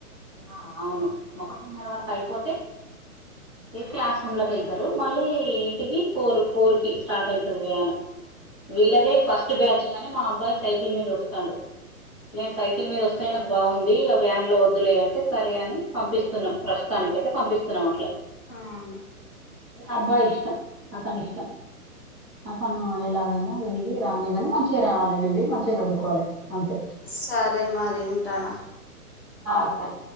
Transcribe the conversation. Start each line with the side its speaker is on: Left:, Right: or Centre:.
Right: ఆ అవును ఒకటిన్నర వరకు అయిపోతే ఇగ క్లాస్ రూమ్లోకెళ్తరు మళ్ళీ ఇంటికి ఫోర్ ఫోర్కి స్టార్ట్ అయితది వ్యాన్ వీళ్ళదే ఫస్ట్ బ్యాచ్ గని మా అబ్బాయి సైకిల్ మీద వస్తాడు. నేన్ సైకిల్ మీద వస్తేనే నాక్ బాగుంది ఆ వ్యాన్లో వద్ దులే అంటే సరే అని పంపిస్తున్నాం ప్రస్తుతానికైతే పంపిస్తున్నాం అట్ల
Left: అవును
Right: అబ్బాయ్ ఇష్టం అతనిష్టం. అతను ఎలాగైనా వెళ్ళి రాని గని మంచిగా రావాలె వెళ్ళి మంచిగా చదువుకోవాలె అంతే
Left: సరే మరి ఉంటాన
Right: ఆ సరే